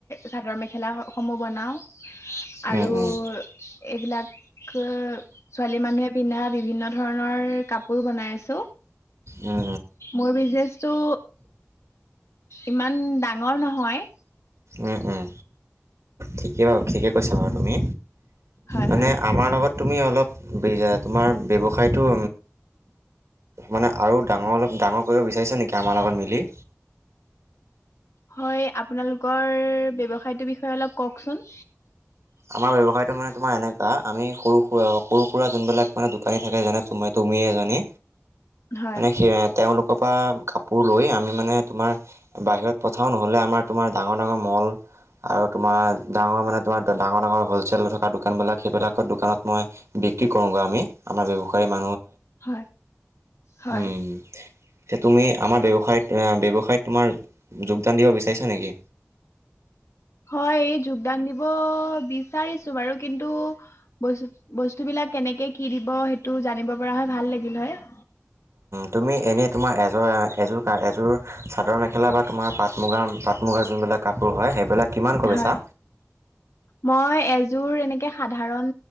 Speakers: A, on the left; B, on the right.
A: চাদৰ মেখেলা স- সমূহ বনাওঁ আৰু
B: উম উম
A: এইবিলাক ক, ছোৱালী মানুহে পিন্ধা বিভিন্ন ধৰণৰ কাপোৰ বনাই আছোঁ।
B: উম
A: মোৰ বিজনেচটো ইমান ডাঙৰ নহয়।
B: উম, উম। ঠিকেই বাৰু, ঠিকেই কৈছা বাৰু তুমি।
A: হয়
B: মানে
A: হয়
B: আমাৰ লগত, তুমি অলপ <unintelligible> তোমাৰ ব্যৱসায়টো মানে আৰু ডাঙৰ, অলপ ডাঙৰ কৰিব বিচাৰিছা নেকি আমাৰ লগত মিলি?
A: হয়, আপোনালোকৰ ব্যৱসায়টোৰ বিষয়ে অলপ কওকচোন।
B: আমাৰ ব্যৱসায়তটো মানে তোমাৰ এনেকুৱা, আমি সৰু-সুৰা আৰু সৰু-সুৰা যোনবিলাক মানে দোকানী থাকে, যেনে তোমাৰ, তুমিয়ে এজনী
A: হয়
B: মানে সেই তেওঁলোক টকা কাপোৰ লৈ, আমি মানে, তোমাৰ, বাহিৰত পঠাওঁ, নহ'লে আমাৰ, তোমাৰ, ডাঙৰ-ডাঙৰ মল আৰু তোমাৰ, ডাঙৰ মানে তোমাৰ ডাঙৰ- ডাঙৰ হ'লচেল থকা দোকানবিলাক সেইবিলাকৰ দোকানত মই বিক্ৰী কৰোঁগৈ আমি আমাৰ ব্যৱসায় ম
A: হয় হয়
B: উ <unintelligible> বিষয়ত তোমাৰ যোগদান দিব বিচাৰিছা নেকি?
A: হয় যোগদান দিব বিচাৰিছোঁ বাৰু কিন্তু বস্তু, বস্তু বিলাক কেনেকে কি দিব সেইটো জানিব পৰা হয় ভাল লাগিল হয়।
B: তুমি এনেই তোমাৰ এযোৰ-এযোৰ-এযোৰ চাদৰ মেখেলা বা তোমাৰ পাট মুগা, পাট মুগা যোনবিলাক কাপোৰ হয় সেইবিলাক। কিমানকৈ বেচা?
A: হয়, মই এযোৰ এনেকে সাধাৰণ